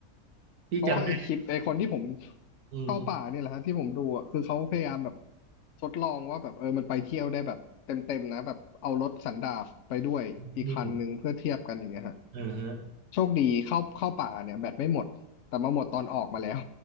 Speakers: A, on the right; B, on the left.
A: พี่จำได้
B: เพราะว่าไอคลิปไอคนที่ผม
A: อืม
B: เข้าป่าเนี่ยแหละฮะที่ผมดูอ่ะคือเขาพยายามแบบทดลองว่าแบบเออมันไปเที่ยวได้แบบเต็มๆนะแบบเอารถสันดาปไปด้วยอีกคันหนึงเพื่อเทียบกันอย่างเงี้ยฮะ
A: อืมอืมอ่าฮะ
B: โชคดีเข้าเข้าป่าเนี่ยแบตไม่หมดแต่มาหมดตอนออกมาแล้ว